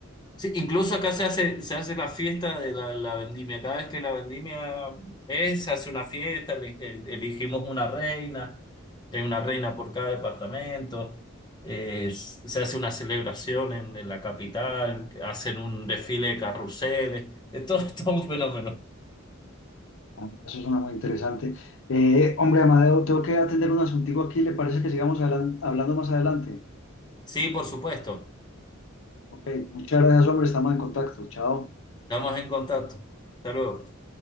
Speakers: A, on the left (about 20°); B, on the left (about 65°).
A: Sí, incluso acá se hace, se hace la fiesta de la, la vendimia. Cada vez que la vendimia es, se hace una fiesta, eli- el- elegimos una reina, hay una reina por cada departamento, eh, s- se hace una celebración en, en la capital, hacen un desfile de carruseles, es todo, <laughs> todo un fenómeno.
B: Ah, Eso suena muy interesante. Eh, hombre, Amadeo, tengo que atender un asuntico aquí. ¿Le parece que sigamos hablan- hablando más adelante?
A: Sí, por supuesto,
B: Ok, muchas gracias, hombre. Estamos en contacto. Chao.
A: estamos en contacto. Hasta luego.